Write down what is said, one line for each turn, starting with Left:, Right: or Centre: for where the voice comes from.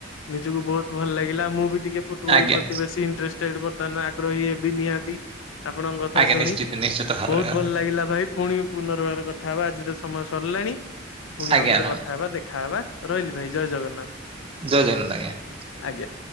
Left: ନିଜକୁ ବହୁତ ଭଲ ଲାଗିଲା ମୁଁ ବି ଟିକେ ଫୁଟବଲ
Right: ଆଜ୍ଞା
Left: ପ୍ରତି ବେଶୀ ଇଣ୍ଟଷ୍ଟ। ବର୍ତ୍ତମାନ ଆଗ୍ରହୀ ଏ ବି ନିହାତି ଆପଣଙ୍କ କଥା
Right: ଆଜ୍ଞା
Left: ଶୁଣି।
Right: ନିଶ୍ଚିତ ନିଶ୍ଚିତ ଭାବରେ
Left: ବହୁତ
Right: ଭାବରେ
Left: ଭଲ ଲାଗିଲା ଭାଇ ପୁଣି ପୁନର୍ବାର କଥା ହବା ଆଜି ତ ସମୟ ସରିଲାଣି। ପୁଣି
Right: ଆଜ୍ଞା
Left: ଆଉଥରେ
Right: ନ
Left: କଥା ହେବା ଦେଖାହବା ରହିଲି ଭାଇ ଜୟ ଜଗନ୍ନାଥ।
Right: ଜୟ ଜଗନ୍ନାଥ ଆଜ୍ଞା।
Left: ଆଜ୍ଞା।